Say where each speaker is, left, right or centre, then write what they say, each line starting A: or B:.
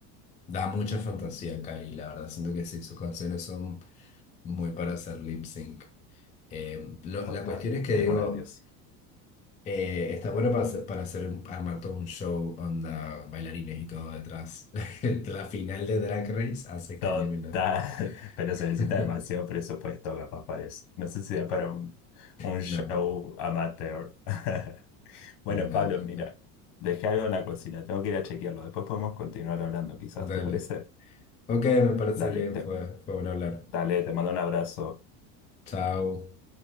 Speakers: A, on the left; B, on the left.
A: Da mucha fantasía, Cari, la verdad. Siento que sí, sus canciones son muy para hacer lip sync. Eh, lo-
B: Total,
A: la cuestión es que
B: es
A: digo,
B: una diosa.
A: eh, está bueno para hacer, para hacer un- armar todo un show, onda, bailarines y todo detrás. <laughs> La final de Drag Race hace
B: Total,
A: que eliminado.
B: <laughs> pero se
A: <laughs>
B: necesita demasiado presupuesto, capaz parece. No sé si da para un, un
A: No,
B: show amateur. <laughs> Bueno,
A: no, no,
B: Pablo,
A: no,
B: mira,
A: no.
B: dejé algo en la cocina, tengo que ir a chequearlo. Después podemos continuar hablando, quizás,
A: Dale.
B: ¿te parece?
A: Ok, me parece
B: Dale,
A: bien,
B: te,
A: fue, fue bueno hablar.
B: dale, te mando un abrazo.
A: Chao.